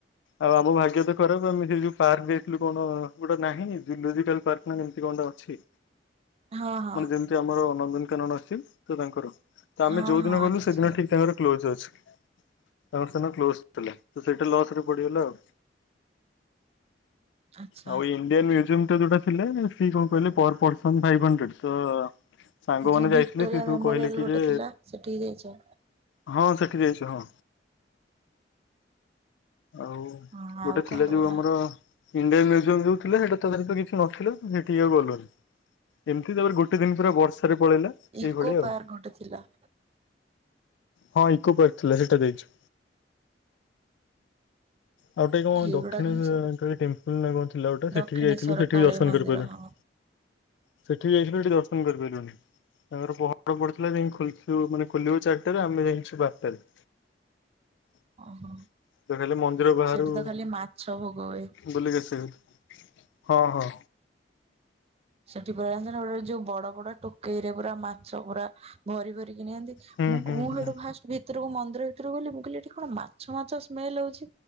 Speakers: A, on the left; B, on the right.
A: ଆଉ ଆମ ଭାଗ୍ୟ ତ ଖରାପ ଆମେ ସେଇ ଯୋଉ ପାର୍କ ଯାଇଥିଲୁ। କଣ ଗୋଟେ ନାହିଁ ଜୁଲୋଜିକାଲ ପାର୍କ ନା ଏମତି କଣ ଅଛି,
B: ହଁ ହଁ ହଁ
A: ମାନେ ଯେମତି ଯେ ଆମର ନନ୍ଦନକାନନ ଆସିଛି ତ ତାଙ୍କର। ତ ଆମେ
B: ହଁ
A: ଯୋଉ
B: ହଁ
A: ଦିନ ଗଲୁ
B: ଆଚ୍ଛା
A: ସେଦିନ ଠିକ ତାଙ୍କର କ୍ଲୋଜ ଅଛି, ତାଙ୍କର ସେଦିନ କ୍ଲୋଜ ଥିଲା। ସେଇଟା ଲସରେ ପଡିଗଲା ଆଉ।
B: ଆଚ୍ଛା
A: ଆଉ ଇଣ୍ଡିଆନ୍ ମ୍ୟୁଜିୟମ ଟା ଯୋଉଟା ଥିଲା ମାନେ ସିଏ କଣ କହିଲେ ପର ପର୍ସନ ଫାଇଭ ହଣ୍ଡରେଡସ ତ ସାଙ୍ଗମାନେ
B: ଯୋଉ ଭିକ୍ଟୋରିଆ
A: ଯାଇଥିଲେ ସେସବୁ
B: ମେମୋରିଆଲ
A: କହିଲେ କି
B: ଗୋଟେ
A: ଯେ
B: ଥିଲା ସେଠିକି ଯାଇଛ
A: ହଁ ସେଠିକି ଯାଇଛି ହଁ ଆଉ
B: ହଁ ଆଉ
A: ଗୋଟେ
B: କଣ
A: ଥିଲା
B: ରହିଲା
A: ଯୋଉ ଆମର ଇଣ୍ଡିଆନ୍ ମ୍ୟୁଜିୟମ ଯୋଉ ଥିଲା ହେଟା ତ ଖାଲିତ କିଛି ନଥିଲା ହେଟିକି ଆଉ ଗଲୁନୁ। ଏମିତି ତାପରେ ଗୋଟେ ଦିନ ପୁରା ବର୍ଷାରେ ପଳେଇଲା।
B: ଇକୋ
A: ଏଇଭଳିଆ ଆଉ
B: ପାର୍କ ଗୋଟେ ଥିଲା।
A: ହଁ ଇକୋ ପାର୍କ ଥିଲା ସେଇଟା ଯାଇଚୁ। ଆଉ ଗୋଟେ କଣ
B: ଏଇଗୁଡାକ
A: ଦକ୍ଷିଣ
B: ହିଁ
A: କାଳି ଟେମ୍ପଲ <unintelligible> କଣ ଥିଲା ଗୋଟେ ସେଠିକି
B: ଦକ୍ଷିଣେଶ୍ଵର
A: ଯାଇଥିଲୁ ସେଠି
B: କାଳୀ
A: ବି ଦର୍ଶନ
B: ମନ୍ଦିର
A: କରିପାରିଲୁ ନାହିଁ।
B: ହଁ
A: ସେଠିକି ଯାଇଥିଲୁ ସେଠି ଦର୍ଶନ କରିପାଇଲୁନି। ତାଙ୍କର ପହଡ ପଡିଥିଲା ଯାଇ ଖେଲକୁ ମାନେ ଖୋଲିବ ଚାରିଟାରେ ଆମେ ଯାଇଛୁ ବାରଟାରେ। <inaudible>
B: ଓହୋ
A: ତ ଖାଲି ମନ୍ଦିର ବାହାରୁ
B: ସେଠି ତ ଖାଲି ମାଛ ଭେଗ ହୁଏ।
A: ବୁଲିକି ଆସି ହଉନି ହଁ ହଁ।
B: ସେଠି ପୁରା ଯଣିଚନା ଗୋଟେ ଯୋଉ ବଡ ବଡ ଟୋକେଇରେ ପୁରା ମାଛ ପୁରା ଭରିଭରିକି ନିଅନ୍ତି
A: ହୁଁ
B: ମୁଁ
A: ହୁଁ
B: କ ମୁଁ
A: ହୁଁ
B: ହେଠୁ ଫାଷ୍ଟ ଭିତରକୁ ମନ୍ଦିର ଭିତରକୁ ଗଲି ମୁଁ କହିଲି ଏଠି କଣ ମାଛ ମାଛ ସ୍ମେଲ ହଉଛି।